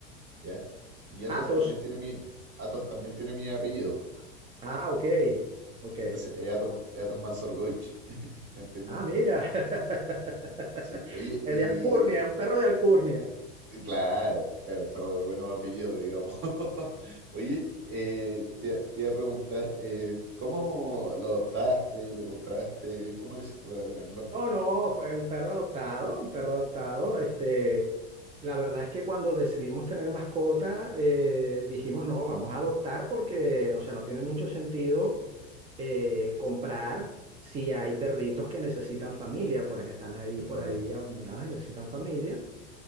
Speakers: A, on the right; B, on the right.
A: ¿ya? Y Athos
B: Atos.
A: también tiene mi, Athos también tiene mi apellido.
B: Ah, ok. Ok.
A: Entonces es Athos, es Athos Mansorgoich, <laughs> ¿me ¿entiendes?
B: Ah, mira. <laughs>
A: Sí, sí. Oye,
B: Es
A: y,
B: de Alcurnia,
A: y-
B: un perro de Alcurnia.
A: claro, claro, perro de buenos apellidos, digamos. <laughs> Oye, eh, te, te iba a preguntar, eh, ¿cómo lo adoptaste, lo compraste? ¿Cómo lo hiciste para tenerlo?
B: No, no, fue un perro adoptado, un perro adoptado. Este, la verdad es que cuando decidimos tener mascota, eh, dijimos, no, vamos a adoptar porque, o sea, no tiene mucho sentido eh, comprar si hay perritos que necesitan familia, pues que están ahí
A: De
B: por
A: todas
B: ahí
A: maneras,
B: abandonados y necesitan familia.